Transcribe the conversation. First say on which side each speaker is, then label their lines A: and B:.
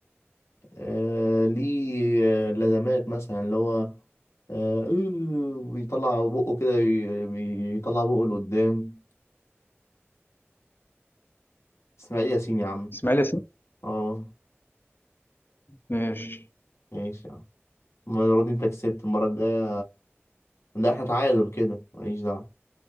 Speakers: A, on the left; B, on the left.
A: آه ليه آه، لازمات مثلا اللي هو آه إيه، بيطلع بقه كده بي- بيطلع بقه لقدام إسماعيل ياسين يا عم
B: إسماعيل ياسين
A: اه
B: ماشي
A: ماشي يا عم المرة دي انت كسبت المرة الجاية لا احنا تعادل كده ماليش دعوة